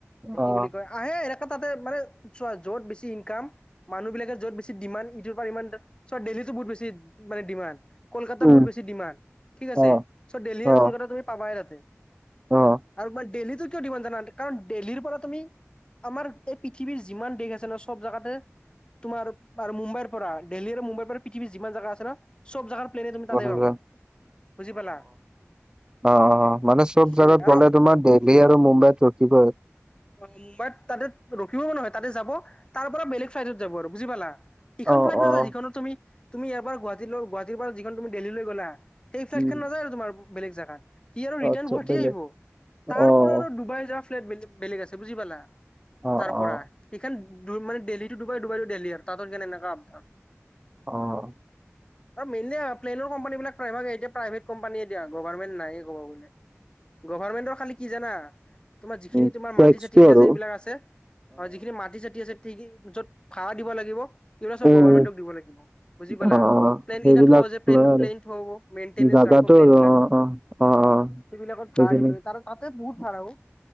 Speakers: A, on the left; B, on the right.
A: কি
B: অ'
A: বুলি কয় আহে এনেকা তাতে মানে চোৱা য'ত বেছি ইনকাম মানুহবিলাকে য'ত বেছি ডিমাণ্ড দিব পাৰে সিমান চ' দেলহীটো বহুত বেছি মানে ডিমাণ্ড। কলকাতা
B: উম
A: বহুত বেছি ডিমাণ্ড ঠিক আছে।
B: অ
A: চ' দেলহীৰ
B: অ
A: আৰু কলকাতা তুমি পাবাই তাতে।
B: অ
A: আৰু মই দেলহীৰটো কিয় দিব নাজানা আনকি কাৰণ দেলহীৰ পৰা তুমি, আমাৰ এই পৃথ পৃথিৱীৰ যিমান দেশ আছে ন' চব জাগাতে তোমাৰ আৰু মুম্বাইৰ পৰা। দেল্হী আৰু মুম্বাইৰ পৰা পৃথিৱী যিমান জাগা আছে ন' চব জাগাৰ প্লেনে তুমি
B: অ',
A: তাতে পাবা। বুজি পালা?
B: অঁ, অঁ মানে চব
A: চ'
B: জাগাত
A: আৰু
B: গ'লে তোমাৰ দেলহী আৰু মুম্বাইত ৰখিবই।
A: অ মুম্বাইত তাতে ৰখিবও নহয় তাতে যাব। তাৰপৰা বেলেগ ফ্লাইটত যাব আৰু বুজি পালা? সিইখন
B: অ',
A: ফ্লাইট
B: অ',
A: নাযায়, যিখনত তুমি তুমি ইয়াৰ পৰা গুৱাহাটীলৈ গুৱাহাটীৰ পৰা যিখন তুমি দেলহীলৈ গ'লা। সেই ফ্লাইটখন
B: উম,
A: নযায় আৰু তোমাৰ বেলেগ জেগাত। সি আৰু ৰিটাৰ্ণ
B: আচ্ছা
A: উভতি
B: বেলেগ
A: আহিব।
B: অ'।
A: তাৰপৰা আৰু ডুবাই যোৱা ফ্লাইট বেলে বেলেগ আছে। বুজি পালা?
B: অ',
A: তাৰপৰা,
B: অ',
A: সিখন ডু মানে দেলহী টো ডুবাই ডুবাই টো দেলহী আৰু তাহাঁতৰ কাৰণে এনেকা আ
B: অ',
A: আ মেইনলী আ প্লেনৰ কোম্পানীবিলাক প্ৰায়ভাগ এতিয়া প্ৰাইভেট কোম্পানীয়ে দিয়া। গভাৰ্মেণ্ট নাইয়ে ক'ব গ'লে। গভাৰ্মেণ্টৰ খালি কি জানা? খিনি
B: উম
A: তোমাৰ
B: টেক্সটো
A: মাটি-চাতি যে
B: আৰু
A: আছে এইবিলাক আছে। অ যিখিনি মাটি -চাতি আছে মাটিখিনি য'ত ভাড়া দিব লাগিব। এইবিলাক চব
B: উম
A: গভাৰ্মেণ্টক দিব লাগিব। বুজি পালা?
B: অ অ
A: প্লেনকেইখন
B: সেইবিলাক
A: থওঁ যে প্লেন--প্লেন
B: লয় আৰু
A: থব মেইণ্টেনেছ
B: জাগাটো
A: ৰাখো প্লেন বিলাক।
B: অ', অ', অ', অ
A: অঁ, সেইবিলাকত
B: সেইখিনি
A: ভাড়া দিব লাগে। তাতে তাতে বহুত ভাড়া অ'।